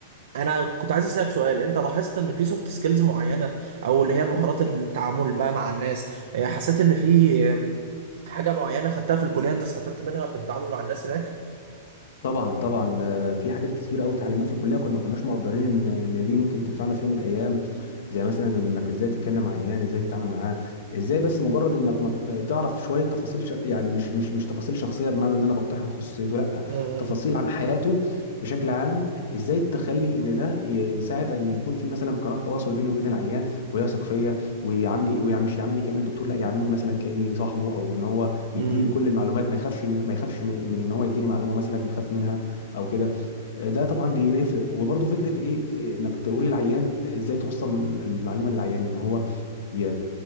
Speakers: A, on the right; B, on the left.
A: انا كنت عايز اسالك سؤال انت لاحظت ان في سوفت سكيلز معينه او اللي هي المهارات التعامل بقى مع الناس آه، حسيت ان في آه، حاجه معينه خدتها في الكليه انت استفدت منها في التعامل مع الناس هناك
B: طبعا طبعا آه، في حاجات كتير قوي اتعلمناها في الكليه كنا ما كناش مقدرين ان ان دي ممكن تنفعنا في يوم من الايام زي مثلا انك ازاي تتكلم مع عيان ازاي تتعامل معاه ازاي بس مجرد انك ما تعرف شويه تفاصيل ش... يعني مش مش مش تفاصيل شخصيه بمعنى ان انا بقتحم خصوصيته لا
A: امم
B: تفاصيل عن حياته بشكل عام ازاي تخلي ان ده ي- يساعد ان يكون في مثلا قناه تواصل بيني وبين العيان ويثق فيا ويعاملي ويعمل مش يعاملني كاني الدكتور لا يعاملني مثلا كاني صاحبه او ان هو
A: امم
B: يديني كل المعلومات ما يخافش ما يخافش من من ان هو يديني معلومه مثلا يخاف منها او كده ده طبعا بي- بيفرق وبرضه فكره ايه إيه، انك تقول للعيان ازاي توصل المعلومه للعيان ان هو ي...